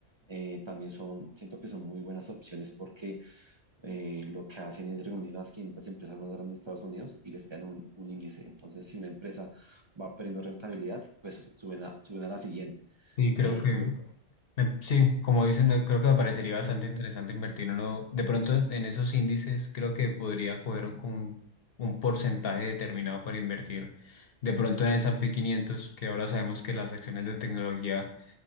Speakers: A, on the right (about 30°); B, on the left (about 55°).
A: eh, también son, siento que son muy buenas opciones porque eh, lo que hacen es reunir las 500 empresas más grandes de Estados Unidos y les crean un, un índice. Entonces, si una empresa va perdiendo rentabilidad, pues suben a, suben a la siguiente.
B: Sí,
A: Eh,
B: creo que,
A: y me-
B: Me- sí, como dicen, eh, creo que me parecería bastante interesante invertir uno. De pronto en, en esos índices creo que podría coger un- como un, un porcentaje determinado para invertir. De pronto en el S&P 500, que ahora sabemos que las acciones de tecnología